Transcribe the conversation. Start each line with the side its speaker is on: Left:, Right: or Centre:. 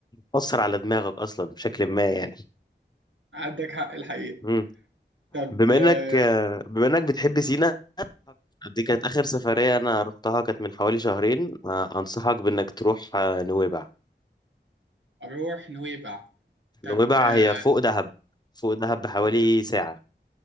Left: بتأثر على دماغك أصلا بشكل ما يعني
Right: عندك حق الحقيقة
Left: مم.
Right: طب
Left: بما
Right: آه،
Left: إنك آه، بما إنك بتحب سينا دي كانت آخر سفرية أنا رحتها كانت من حوالي شهرين آه، أنصحك بإنك تروح آه، نويبع
Right: أروح نويبع طب
Left: نويبع
Right: آه،
Left: هي فوق دهب فوق دهب بحوالي
Right: فوق
Left: ساعة